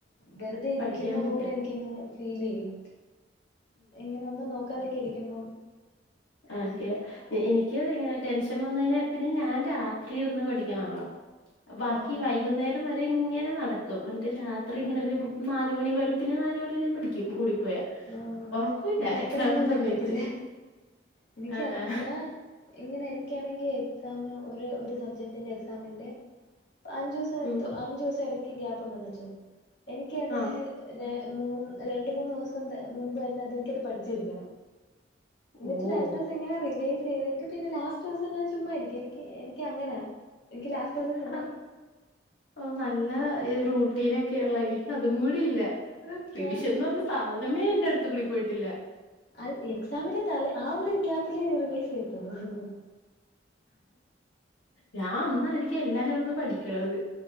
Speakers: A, on the left (about 65°); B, on the left (about 90°).
A: വെറുതെ ഇരിക്കുന്ന
B: പഠിക്കാൻ പറ്റും
A: പോലെ എനിക്ക് ത്തിങ് ഫീൽ ചെയ്യും എങ്ങനെ ഒന്നും നോക്കാതൊക്കെ ഇരിക്കുമ്പം
B: ആ
A: അങ്ങനെ
B: ക്കെ എനിക്ക് ക്ക് അതെ എങ്ങനെ ടെൻഷൻ വന്ന് കഴിഞ്ഞാ പിന്നെ ഞാൻ രാത്രി ഇരുന്ന് പഠിക്കണ ആളാ ബാക്കി
A: ഓ
B: വൈകുന്നേരം വരെ ഇങ്ങനെ നടക്കും എന്നിട്ട് രാത്രി
A: ഉം
B: ഇങ്ങനെ ഒരു
A: ഉം
B: നാ നാലുമണി വെളുപ്പിനെ നാല് മണി വരെ പഠിക്കും കൂടിപ്പോയാ
A: ഓ
B: ഉറക്കൂല്ല
A: എനിക്കത്രൊന്നും
B: എക്സാമിന്റെ
A: പറ്റത്തില്ല
B: സമയത്ത്
A: എനിക്ക്
B: ആ
A: അ
B: ആ
A: ഞാൻ ഇങ്ങനെ എനിക്കാണെങ്കി എക്സാം ഒര് ഒരു സബ്ജ എക്സാമിന്റെ അഞ്ചു സം
B: ഉം
A: അഞ്ചു സം ഇടയ്ക്ക് ഗ്യാപ്പ്ണ്ടെന്ന് വച്ചോ എനിക്ക് അത്
B: ആ
A: ര മൂന്ന് രണ്ട് മൂന്ന് സം മുമ്പ് തന്നെ അത് എനിക്കത് പഠിച്ചിരിക്കണം ന്ന്ട്ട്
B: ഓ
A: രണ്ടു സം ഇങ്ങനെ റിവൈസ് ചെയ്തിട്ട് പിന്നെ ലാസ്റ്റ് സം ഞാൻ ചുമ്മായിരിക്കും എനിക്ക് എനിക്ക് അങ്ങനെ എനിക്ക് ലാസ്റ്റ് സം
B: ആഹ് ഓ നല്ല ഇ റൂട്ടീനൊക്കെ ഇള്ള യിരി- അതും കൂടിയില്ല റിവിഷന്ന്
A: ആഹ്
B: പറഞ്ഞ സാധനമേ എന്റെ അടുത്ത് കൂടി പോയിട്ടില്ല
A: അൽ എക്സാമിന്റെ തലെ ആഹ് ഒര് ഗ്യപ്പ്ല് റിവേസ്‌ <unintelligible>
B: ഞാ ഒന്നായിരിക്കും എല്ലാരും ന്ന് പഠിക്ക്ണത്